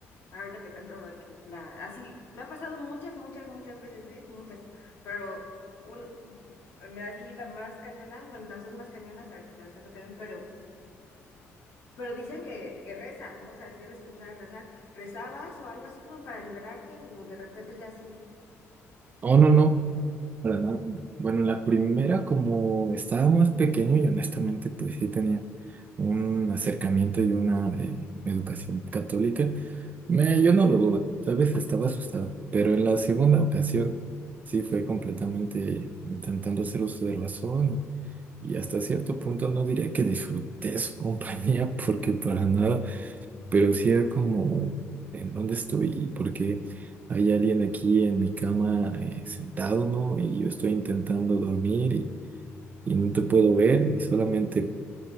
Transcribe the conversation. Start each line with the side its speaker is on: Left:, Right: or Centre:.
Left: ahorita te cuento la, así, me ha pasado muchas, muchas, muchas veces, ¿eh? Muchas, pero un, me así la más cañona, bueno, las dos más cañonas, ahorita te las cuento también, pero, pero dicen que, que rezas, ¿no? O sea, tienes que empezar a rezar. ¿Rezabas o algo así como para liberarte o de repente ya así?
Right: Oh, no, no. Para nada. Bueno, la primera, como estaba más pequeño y honestamente, pues sí tenía un acercamiento y una eh, educación católica, me, yo no lo dudo, ¿sabes? Estaba asustado. Pero en la segunda ocasión, sí fue completamente intentando hacer uso de razón y hasta cierto punto no diría que disfruté su compañía porque para nada pero sí era como, ¿en dónde estoy? ¿Y por qué hay alguien aquí en mi cama eh, sentado, ¿no? Y yo estoy intentando dormir y, y no te puedo ver y solamente